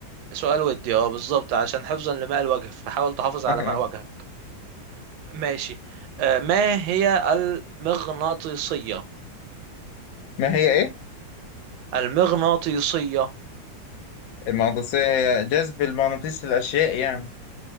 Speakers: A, on the right; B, on the left.
A: سؤال ودي اه بالظبط عشان حفظا لماء الوجه فحاول تحافظ على
B: <laughs>
A: ماء وجهك ماشي آه، ما هي المغناطيسية
B: ما هي ايه
A: المغناطيسية
B: المغناطيسية هي جذب المغناطيس للأشياء يعني